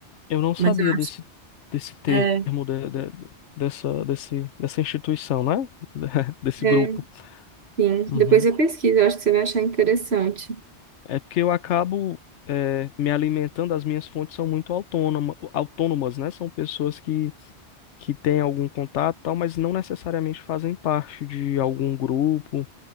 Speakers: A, on the left (about 85°); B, on the right (about 65°).
A: Eu não sabia
B: Mas eu acho.
A: desse, desse termo,
B: É,
A: de- de- dessa, desse, dessa instituição, né? <laughs> Desse
B: É,
A: grupo.
B: sim.
A: Uhum.
B: Depois eu pesquiso, eu acho que você vai achar interessante.
A: É porque eu acabo eh, me alimentando, as minhas fontes são muito autônoma, autônomas, né? São pessoas que, que têm algum contato, e tal, mas não necessariamente fazem parte de algum grupo.